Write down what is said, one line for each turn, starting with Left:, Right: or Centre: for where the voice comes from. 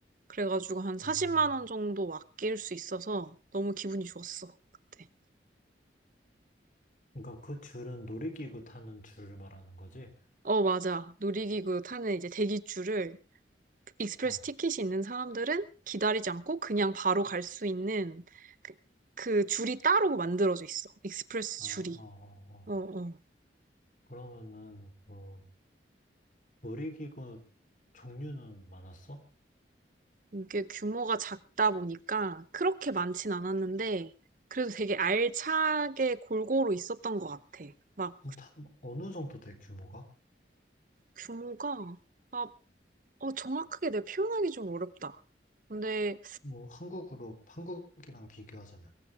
Right: 그래가지고 한 40만
Left: 음.
Right: 원 정도 아낄 수 있어서 너무 기분이 좋았어. 그때.
Left: 그러니까 그 줄은 놀이기구 타는 줄을 말하는 거지?
Right: 어, 맞아. 놀이기구 타는 이제 대기줄을 익스프레스
Left: 어,
Right: 티켓이 있는 사람들은 기다리지 않고 그냥 바로 갈 수 있는 그, 그 줄이 따로 만들어져 있어. 익스프레스
Left: 아,
Right: 줄이.
Left: 어, 어, 어.
Right: 어, 어.
Left: 그러면은 뭐 놀이기구 종류는 많았어?
Right: 이게 규모가 작다 보니까 그렇게 많진 않았는데 그래도 되게 알차게 골고루 있었던 것 같아. 막
Left: 그럼 다 어느 정도 돼 규모가?
Right: 규모가 아, 어, 정확하게 내가 표현하기 좀 어렵다. 근데
Left: 뭐 한국으로 한국이랑 비교하자면